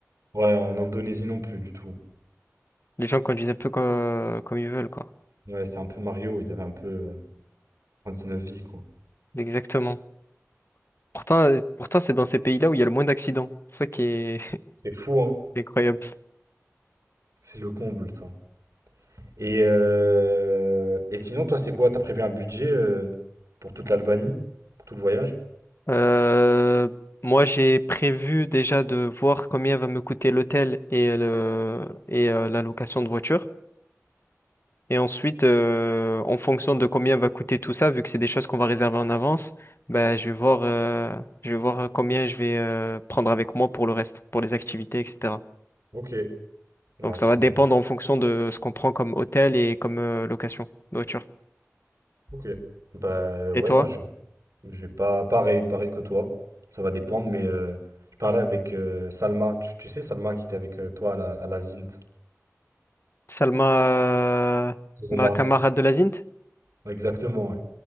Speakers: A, on the right; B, on the left.
A: Ouais, en Indonésie non plus, du tout.
B: Les gens conduisent un peu co- comme, ils veulent, quoi.
A: Ouais, c'est un peu Mario, ils avaient un peu euh, neuf vies, quoi.
B: Exactement. Pourtant, euh, pourtant c'est dans ces pays-là où il y a le moins d'accidents. C'est ça qui est...
A: C'est fou, hein?
B: Incroyable.
A: C'est le comble, ça. Et, euh, et sinon, toi, c'est quoi? T'as prévu un budget euh, pour toute l'Albanie, pour tout le voyage?
B: Euh, moi, j'ai prévu déjà de voir combien va me coûter l'hôtel et le, et euh, la location de voiture. Et ensuite, euh, en fonction de combien va coûter tout ça, vu que c'est des choses qu'on va réserver en avance, ben, je vais voir, euh, je vais voir combien je vais euh, prendre avec moi pour le reste, pour les activités, etc.
A: Ok, ouais,
B: Donc, ça
A: c'est
B: va dépendre
A: bon.
B: en fonction de ce qu'on prend comme hôtel et comme euh, location de voiture.
A: Ok. Bah euh,
B: Et
A: ouais,
B: toi,
A: moi je je vais pas pareil, pareil que toi. Ça va dépendre, mais euh, je parlais avec euh, Salma. Tu, tu sais Salma qui était avec euh, toi à la, à la Zint.
B: Salma, euh,
A: Roma.
B: ma camarade de la Zint,
A: Ouais, Exactement, ouais.